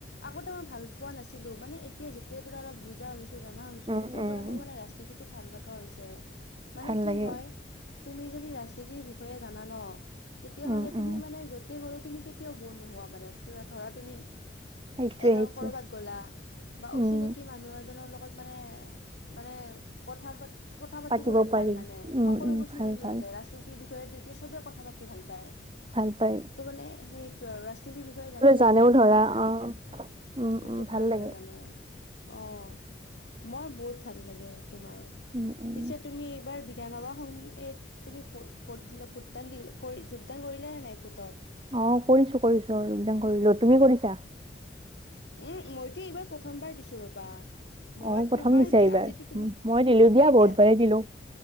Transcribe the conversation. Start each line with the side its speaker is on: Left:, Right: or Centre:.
Left: আগতে মই ভাল পোৱা নাছিলোঁ, মানে এতিয়া যে যেতিয়াৰ পৰা অলপ বুজা হৈছোঁ, জনা হৈছোঁ,
Right: উম
Left: তেতিয়াৰ
Right: উম
Left: পৰা মোৰ মানে ৰাজনীতিটো ভাল লগা হৈছে। মানে
Right: ভাল
Left: কি
Right: লাগে
Left: হয়, তুমি যদি ৰাজনীতিৰ বিষয়ে জানা ন, তেতিয়া
Right: উম
Left: হ'লে
Right: উম
Left: তুমি মানে য য'তে গ'লে, তুমি কেতিয়াও ব'ৰ নোহোৱা মানে, ধৰা তুমি
Right: সেইটোৱে
Left: এ ধৰ
Right: সেইটোৱে
Left: ক'ৰবাত গ'লা বা অচিনাকি
Right: উম
Left: মানুহ এজনৰ লগত মানে, মানে কথা পাত কথা পাতিবলৈ
Right: পাতিব পাৰি
Left: ভাল মানে,
Right: উম
Left: সকলোবোৰ
Right: উম ভাল
Left: চিনাকি
Right: ভাল
Left: হৈ যায়। ৰাজনীতিৰ বিষয়েটো এতিয়া সবে কথা পাতি ভাল পায়।
Right: ভালপায়।
Left: ত' মানে হেই টো আৰু, ৰাজনীতিৰ বিষয়ে জানিলে
Right: জানেও
Left: মানে এইটো
Right: ধৰা
Left: ভাল আৰু,
Right: অ উম
Left: এইটো
Right: উম
Left: ভাল
Right: লাগে
Left: আৰু মানে। অ', মই বহুত ভাল লাগে তোমাৰ,
Right: উম উম
Left: পিছে তুমি এইবাৰ বি বিধানসভা ইত তুমি ভো ভোট দিলে ভোটদান দিল কৰি যোগদান কৰিলা নে নাই ভোটত?
Right: অ', কৰিছোঁ, কৰিছোঁ একদম কৰিলো। তুমি কৰিছা?
Left: উম, মইতো এইবাৰ প্ৰথমবাৰ দিছো ৰবা। মই
Right: অ প্ৰথম
Left: তোমাৰ
Right: দিছা এইবাৰ
Left: আজিটো তুমি,
Right: উম, মই দিলো
Left: মোৰতো
Right: দিয়া
Left: এতিয়া,
Right: বহুতবাৰেই দিলো